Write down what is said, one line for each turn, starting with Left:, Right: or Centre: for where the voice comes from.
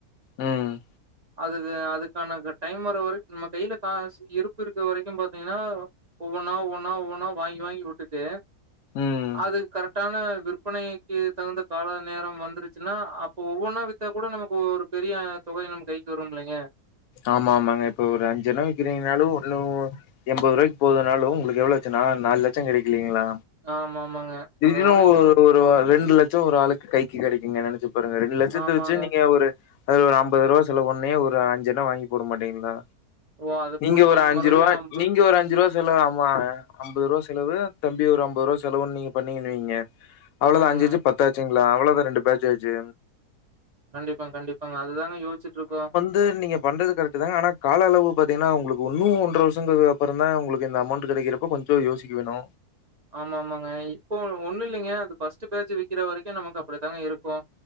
Left: ம்
Right: அதுதே அதுக்கான க டைம் வர வரைக்கு நம்ம கைல காசு இருப்பு இருக்க வரைக்கு பாத்தீங்கனா ஒவ்வொன்னா ஒவ்வொன்னா ஒவ்வொன்னா வாங்கி வாங்கி விட்டுட்டு
Left: ம்
Right: அது கரெக்டான விற்பனை க்கு தகுந்த கால நேரம் வந்துருச்சுனா அப்ப ஒவ்வொன்னா வித்தா கூட நமக்கு ஒரு பெரிய தொகை நம்ம கைக்கு வருமில்லைங்க
Left: ஆமா ஆமாங்க இப்ப ஒரு அஞ்சு எண்ண விக்கிறீங்கனாலு ஒன்னு எம்போதுரூவாய்க்கு போதுனாலு உங்களுக்கு எவ்ளோ ஆச்சு நா நாலு லெட்ச கெடைக்கு இல்லைங்களா
Right: ஆமாமாங்க. அதுதாங்க
Left: இதுவே ஒரு
Right: யோ
Left: ஒரு ரெண்டு லெட்ச் ச்ச ஒரு ஆளுக்கு கைக்கு கெடைக்குங்க நெனச்சு பாருங்க ரெண்டு லெட்சத்த
Right: ஆமாங்க.
Left: வெச்சு நீங்க ஒரு அதுல ஒரு அம்பது ரூபா செலவு பண்ணி ஒரு அஞ்சு எண்ண வாங்கி போட மாட்டீங்களா
Right: ஓ! அது
Left: நீங்க
Right: போட்டுக்கலாங்க
Left: ஒரு அஞ்சு
Right: மறுபடியும்
Left: ரூவா
Right: அம்ப
Left: நீங்க ஒரு அஞ்சு ரூவா செலவு ஆமா அம்பது ரூவா செலவு தம்பி ஒரு அம்பது ரூவா செலவுன் நீங்க பண்ணீங்கன்னு வைங்க அவளோதா
Right: ஆமாங்க.
Left: அஞ்சு அஞ்சு பத்தாச்சுங்ளா அவளதா ரெண்டு பேட்ச்சாச்சு
Right: கண்டிப்பா கண்டிப்பாங்க அதுதாங்க யோச்சுட்ருக்கோ
Left: து நீங்க பண்றது கரெக்டு தாங்க ஆனா கால அளவு பாத்தீங்கனா உங்களுக்கு ஒன்னு ஒன்ற வருஷங்கிறதுக்கு அப்பறந்தா உங்களுக்கு இந்த அமௌண்ட்டு கெடைக்கிறப்ப கொஞ் ஞ்ச யோசிக்க வேணு
Right: ஆமா ஆமாங்க இப்போ ஒன்னு இல்லைங்க அது ஃபஸ்ட்டு பேஜு விக்கிற வரைக்கு நமக்கு அப்டித்தாங்க இருக்கு